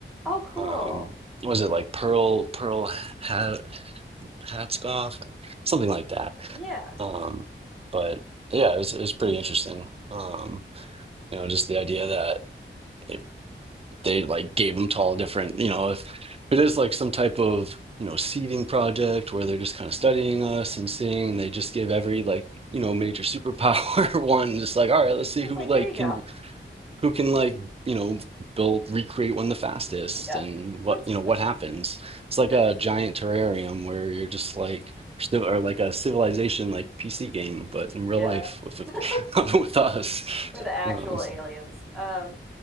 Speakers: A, in the centre; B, on the right (about 30°).
A: Oh, cool.
B: um was it like Pearl Pearl had. Hatsk off, like, something like that.
A: Yeah.
B: Um, but yeah, it was it was pretty interesting. Um, you know, just the idea that if they like gave them to all different, you know, if it is like some type of, you know, seeding project where they're just kind of studying us and seeing, they just give every like, you know, major superpower <laughs> one, just like, all right, let's see
A: It's
B: who
A: like,
B: like
A: here you
B: can
A: go. <laughs>
B: who can like you know build recreate one the fastest
A: Yeah.
B: and what
A: Let's,
B: you know what happens it's like
A: that's,
B: a giant terrarium where you're just like or like a civilization like pc game but in
A: yeah.
B: real life with
A: <laughs>
B: <laughs> with us
A: We're the actual
B: um,
A: aliens. Um,